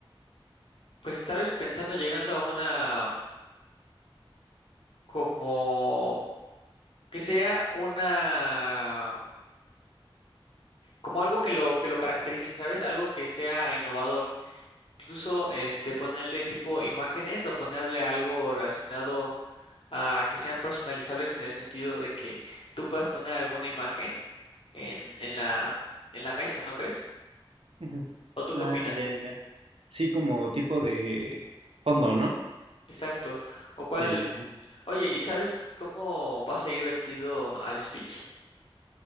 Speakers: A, on the left; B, on the right.
A: pues sabes, pensando, llegando a una como que sea una como algo que lo que lo caracterice, ¿sabes? Algo que sea innovador. Incluso este ponerle tipo imágenes o ponerle algo relacionado a que sean personalizables en el sentido de que tú puedas poner alguna imagen en, en la en la mesa, ¿no crees?
B: Ujú.
A: ¿O tú qué
B: Ah,
A: opinas?
B: ya, ya, ya. Sí, como tipo de fondo, ¿no?
A: Exacto. O cuál,
B: Sí, sí, sí.
A: oye, ¿y sabes cómo vas a ir vestido al speech?